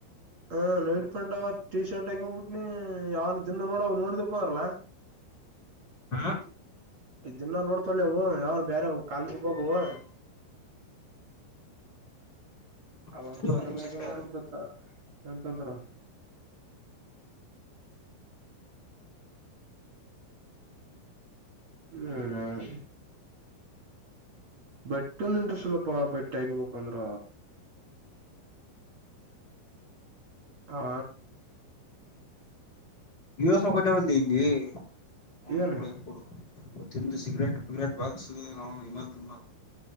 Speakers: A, on the right; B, on the left.
A: ಹ ನೈಟ್ ಪ್ಯಾಂಟ್ ಟೀ ಶರ್ಟ್ ಹಾಕೊಂಡ್ಬಿಟ್ನಿ ಯಾವ ದಿನ ನೋಡ ಅವ ನೋಡಿದಪ್ಪಾರಲ್ಲಾ
B: ಹಾ
A: ದಿನ್ನ ನೋಡ್ಕೊೊಳ್ಳವು ಯಾವ ಬೇರೆ ಕಾಲೇಜುಗೆ ಹೋಗುವವು ಅವಂತವಾ
B: ಒಂದ್ ನಿಮಿಷ
A: ಹೆಂಗ
B: ಅಷ್ಟೇ
A: ಕಮಂದಾನಲಪ್ಪ
B: ಇರು
A: ಏನೂ ತಡೂರು ಹ್ಮ ಬ್ಯಾಡ <unintelligible> ಬಟ್ಟೆ ಇಲ್ಲಂದ್ರ ಸ್ವಲ್ಪ ಬಟ್ಟೆ ಆಗ್ಬೇಕು ಅಂದ್ರ
B: <inaudible>
A: ಹಾ
B: ಇವಾಗ್ ಸ್ವಲ್ಪ ಬಟ್ಟೆ ಹೋಗದಿಲ್ಲಿ ಹನು
A: ಏನು
B: ಕೊಡು ಕೊಡು ತಿಂದು ಸಿಗರೇಟ್ ಪಿಗರೇಟ್ ಬಾಕ್ಸ್ಇಮಲ್ ತಿಂದನ